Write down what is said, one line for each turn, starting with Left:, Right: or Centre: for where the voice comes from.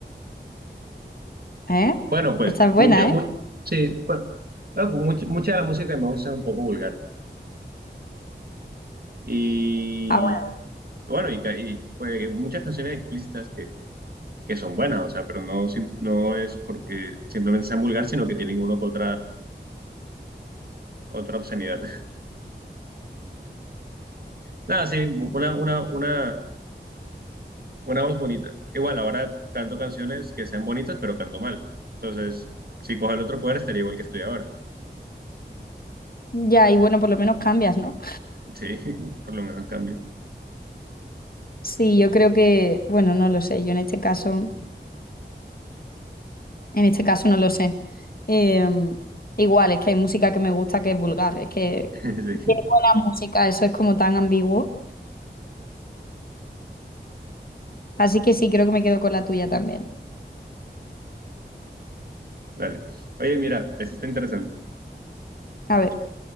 Left: ¿Eh?
Right: Bueno, pues
Left: Esta
Right: mucha,
Left: es buena,
Right: mu-
Left: ¿eh?
Right: sí, bueno, bueno, much- mucha de la música que me gusta es un poco vulgar. Y
Left: Ah,
Right: bueno, y, ca- y, pues muchas canciones explícitas que, que son buenas, o sea, pero no, sim- no es porque simplemente sean vulgar, sino que tienen una que otra, otra obscenidad. <laughs> Nada, sí, una, una, una, una voz bonita. Igual, ahora canto canciones que sean bonitas, pero canto mal. Entonces, si cojo el otro poder, estaría igual que estoy ahora.
Left: bueno. Ya, y bueno, por lo menos cambias, ¿no?
Right: Sí, <laughs> por lo menos cambio.
Left: Sí, yo creo que, bueno, no lo sé. Yo en este caso, en este caso no lo sé. Em, igual, es que hay música que me gusta que es vulgar. Es que,
Right: <laughs>
Left: ¿qué
Right: Sí,
Left: es buena música? Eso es como tan ambiguo. Así que sí, creo que me quedo con la tuya también.
Right: dale. Oye, mira, eso está interesante.
Left: A ver,